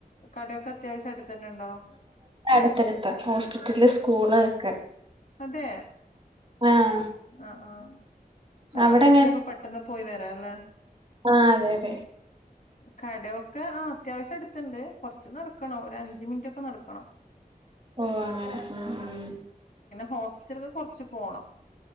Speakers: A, on the left; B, on the right.
A: കടയൊക്കെ അത്യാവശ്യം അടുത്ത് തന്നെണ്ടോ?
B: അടുത്തടുത്ത ഹോസ്പിറ്റല് സ്കൂള് ഒക്കെ.
A: അതേ
B: ആഹ്
A: ആ ആ
B: അവിടെ
A: ആവശ്യത്തിനൊക്കെ പെട്ടെന്ന് പോയി വരാല്ലേ?
B: ആ അതെയതെ.
A: കടയൊക്കെ, ആ അത്യാവശ്യം അടുത്ത്ണ്ട്, കുറച്ച് ച്ചു നടക്കണം ഒരഞ്ച് മിനിറ്റൊക്കെ നട ക്കണം.
B: പോവ്വാങ്ങനെ ഉം ഉം.
A: ഹോസ്പിറ്റലക്കെ കൊറച്ച് പോണം.